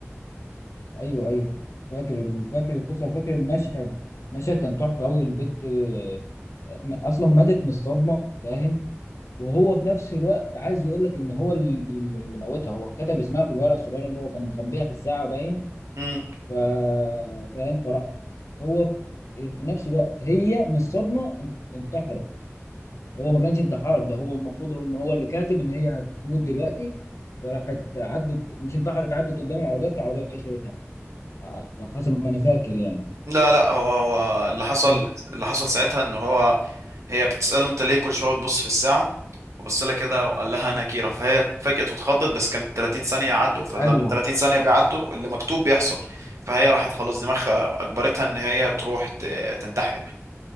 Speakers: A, on the left; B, on the right.
A: ايوه ايوه فاكر ال- فاكر القصة وفاكر المشهد المشهد كان تحفة قوي البت آه، م- اصلا ماتت من الصدمة فاهم وهو في نفس الوقت عايز يقول لك ان هو اللي اللي موتها هو كتب اسمها في الورقة الصغيرة اللي هو كان مخبيها في الساعة باين
B: مم.
A: ف... فاهم فراح هو في في نفس الوقت هي من الصدمه ان- انتحرت هو ما كانش انتحار ده هو المفروض هو ان هو اللي كاتب ان هي هتموت دلوقتي فراحت عدت مش انتحرت عدت قدام العربيه في العربيه شالتها على حسب ما انا فاكر يعني
B: لا لا هو هو اللي حصل
A: بس
B: اللي حصل ساعتها ان هو هي بتسأله انت ليه كل شوية بتبص في الساعة وبص لها كده وقال لها انا كيرة فهي اتفاجئت واتخضت بس كانت 30 ثانية يعدوا فلما
A: ايوه
B: ال 30 ثانية بيعدوا اللي مكتوب بيحصل فهي راحت خلاص دماغها اجبرتها ان هي تروح ت- تنتحر